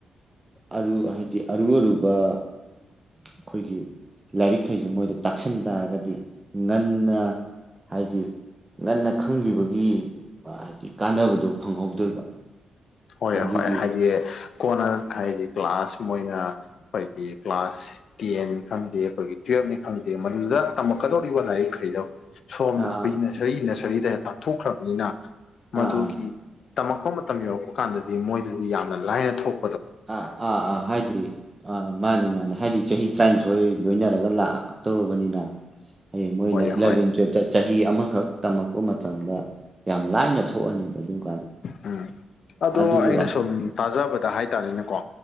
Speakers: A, on the right (about 20°); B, on the left (about 60°).
A: ꯑꯔꯨ ꯍꯥꯏꯕꯗꯤ ꯑꯔꯨ ꯑꯔꯨꯕ ꯑꯩꯈꯣꯏꯒꯤ ꯂꯥꯏꯔꯤꯛꯈꯩꯁꯦ ꯃꯣꯏꯗ ꯇꯥꯛꯁꯟ ꯇꯥꯔꯒꯗꯤ ꯉꯟꯅ ꯍꯥꯏꯗꯤ ꯉꯟꯅ ꯈꯪꯈꯤꯕꯒꯤ ꯍꯥꯏꯗꯤ ꯀꯥꯟꯅꯕꯗꯣ ꯐꯪꯍꯧꯗꯣꯏꯕ
B: ꯍꯣꯏ ꯍꯣꯏ
A: ꯑꯗꯨꯒꯤ
B: ꯍꯥꯏꯗꯤ ꯀꯣꯟꯅ ꯍꯥꯏꯗꯤ ꯀ꯭ꯂꯥꯁ ꯃꯣꯏꯅ ꯑꯩꯈꯣꯏꯒꯤ ꯀ꯭ꯂꯥꯁ ꯇꯦꯟꯅꯤ ꯈꯪꯗꯦ ꯑꯩꯈꯣꯏꯒꯤ ꯇꯨꯋꯜꯞꯅꯤ ꯈꯪꯗꯦ ꯃꯗꯨꯗ ꯇꯝꯃꯛ ꯛꯀꯗꯧꯔꯤꯕ ꯅ ꯑꯩ ꯈꯩꯗꯣ ꯁꯣꯝꯅ
A: ꯑꯥ
B: ꯑꯩꯈꯣꯏꯒꯤ ꯅꯁꯔꯤ ꯅꯁꯔꯤꯗ ꯇꯥꯛꯊꯣꯛꯈ꯭ꯔꯕꯅꯤꯅ ꯃꯗꯨꯒꯤ
A: ꯑꯥ
B: ꯇꯝꯃꯛꯄ ꯃꯇꯝ ꯌꯧꯔꯛꯄ ꯀꯥꯟꯗꯗꯤ ꯃꯣꯏꯗꯗꯤ ꯌꯥꯝꯅ ꯂꯥꯏꯅ ꯊꯣꯛ
A: ꯑꯥ ꯑꯥ ꯑꯥ ꯍꯥꯏꯗꯤ ꯑꯥ ꯃꯥꯅꯦ ꯃꯥꯅꯦ ꯍꯥꯏꯗꯤ ꯆꯍꯤ ꯇꯔꯥꯅꯤꯊꯣꯏ ꯂꯣꯏꯅꯔꯒ ꯂꯥꯛꯑ ꯇꯧꯨꯔꯕꯅꯤꯅ ꯍꯌꯦꯡ ꯃꯣꯏꯅ
B: ꯍꯣꯏ
A: ꯏꯂꯚꯦꯟ
B: ꯍꯣꯏ
A: ꯇꯨꯋꯜꯞꯇ ꯆꯍꯤ ꯑꯃꯈꯛ ꯇꯝꯃꯛꯄ ꯃꯇꯝꯗ ꯌꯥꯝ ꯂꯥꯏꯅ ꯊꯣꯛꯑꯅꯤꯕ ꯑꯗꯨꯝ ꯀꯥꯟꯗ
B: ꯎꯝ ꯑꯗꯣ
A: ꯑꯗꯨꯒꯤ
B: ꯑꯩꯅ
A: ꯋꯥ
B: ꯁꯨꯝ ꯇꯥꯖꯕꯗ ꯍꯥꯏꯇꯥꯔꯦꯅꯦꯀꯣ